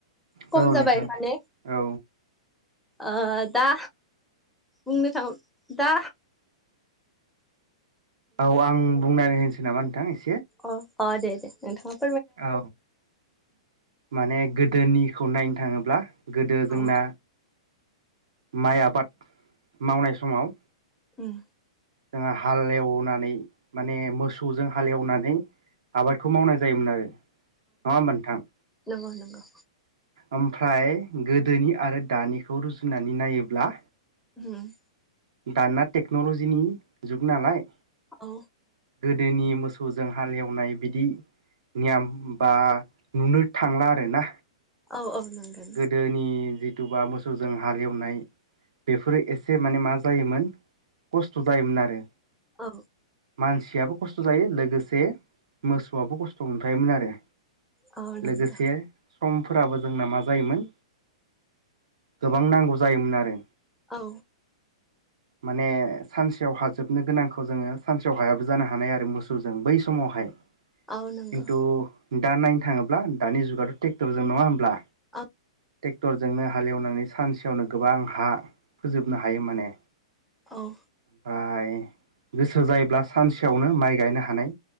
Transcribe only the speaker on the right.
औ
नोंथां
औ
औ आं बुंनानै होनसै सै नामा नोथां इस
औ माने गोदोनिखौ नायनो थांङोब्ला गोदो जोंना।
माइ आबाद मावनाय समाव।
जोंआ हालएवनानै माने मोसौजों हालेवनानै आबादखौ मावनाय जायोमोन आरो। नङा ओमबा नोंथां।
ओमफ्राय गोदोनि आरो दानिखौ रुजुनानै नायोब्ला।
दाना टेक्न'ल'जिनि जुग नालाय।
गोदोनि मोसौजों हालेवनाय बिदि नियम बा नुनो थांला आरोना
गोदोनि जि। थुबा मोसौजों हालेवनाय बेफोरो एसे माने मा जायोमोन खस्थ' जायोमोन आरो।
मानसियाबो खस्थ' जायो लोगोसे मोसौआबो खस्थ' मोनफायोमोन आरो।
लोगोसे सम। फोराबो जोंना माक जायोमोन गोबां नांगौ जायोमोन आरो।
माने सानसेयाव हाजोबनो गोनांखौ जोंङो सानसेयाव हायाबो जानो हानाय आरो मोसौजों बै समावहाय।
खिन्थु दा नायनो थाङोब्ला दानि जुगाथ ट्रेक्टरजों नङा होमब्ला,
टेक्टर जोंनो हालेवनानै सानसेयावनो गोबां हा फोजोबनो हायो माने,
ओमफाय गोसो जायोब्ला सानसेयावनो माइ गायनो हानाय,